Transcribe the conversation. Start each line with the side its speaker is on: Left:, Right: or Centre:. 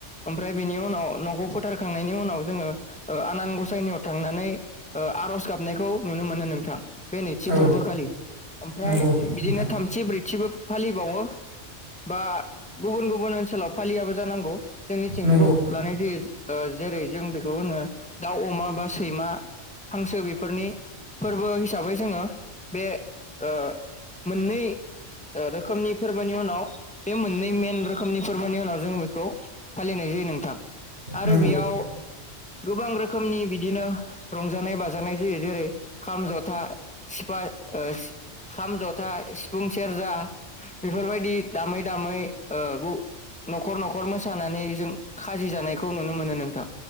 Centre: ओमफ्राय बेनि उनाव न'खौ फोथारखांनायनि उनाव जोङो ओ आनान गसाइनियाव थांनानै ओ आर'ज गाबनायखौ नुनो मोनो नोंथां। बे नैथि
Right: औ
Centre: फोरबोखालि। ओमफ्राय
Right: नंगौ
Centre: बिदिनो
Right: नोंथां
Centre: थामथि ब्रैथिबो फालिबावो बा गुबुन गुबुन ओनसोलाव फालियाबो जानांगौ। जोंनिथिं
Right: नंगौ
Centre: बेखौ लानाय जायो। ओ जेरै जों बेखौ होनो दाउ, अमा बा सैमा, हांसो बेफोरनि फोरबो हिसाबै जोङो बे ओ मोननै ओ रोखोमनि फोरबोनि उनाव बे मोननै मेन रोखोमनि फोरबोनि उनाव जोङो खौ फालिनाय जायो नोंथां। आरो
Right: नंगौ
Centre: बेयाव गोबां रोखोमनि बिदिनो रंजानाय बाजानाय जायो जेरै खाम, जथा सिफा ओ सि खाम, जथा, सिफुं सेरजा बेफोरबायदि दामै दामै ओ न'खर न'खर। खर मोसानानै जों खाजि जानायखौ नुनो मोनो नोंथां।